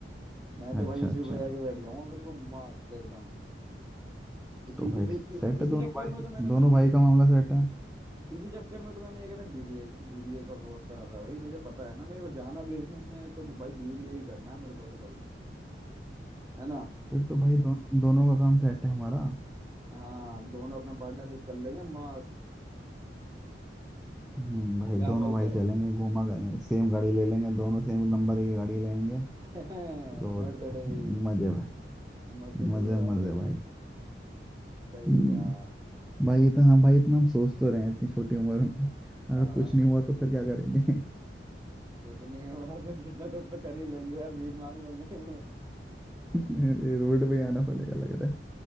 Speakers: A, on the right (about 20°); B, in the centre.
A: मैं तो
B: अच्छा
A: भाई उसी
B: अच्छा
A: पे जाके बैठ जाऊंगा बिल्कुल मस्त एकदम इसी
B: तो भाई
A: इसी
B: सेट
A: इ-
B: है
A: इसी
B: दोनों
A: चक्कर
B: भाई
A: में तो मैंने
B: दोनों
A: भाई
B: भाई का मामला सेट है
A: इसी चक्कर में तो मैंने ये कहते हैं बीबीए बीबीए का कोर्स करा था भाई मुझे पता है ना मेरे को जाना बिजनेस में है, तो भाई बीबीए ही करना है मेरे को तो भाई है ना
B: फिर तो भाई दो, दोनों का काम सेट है हमारा
A: हाँ दोनों अपना पार्टनरशिप कर लेंगे मस्त
B: हम्म भाई
A: क्या
B: दोनों
A: बोलते
B: भाई चलेंगे
A: हो
B: घूमा करेंगे सेम गाड़ी ले लेंगे दोनों सेम नंबर की गाड़ी लेंगे
A: <laughs>
B: रोड
A: Mercedes
B: पे मजे भाई
A: Mercedes
B: मजे
A: Audi
B: मजे भाई
A: सही
B: हम्म।
A: यार
B: भाई इतना हम भाई इतना हम सोच तो रहे हैं इतनी छोटी उम्र में अगर
A: हाँ
B: कुछ नहीं हुआ तो फिर क्या करेंगे
A: कुछ नहीं होगा तो कुछ ना कुछ तो कर ही लेंगे यार भीख मांग लेंगे <laughs>
B: <laughs> ये रोड पे ही आना पड़ेगा लग रहा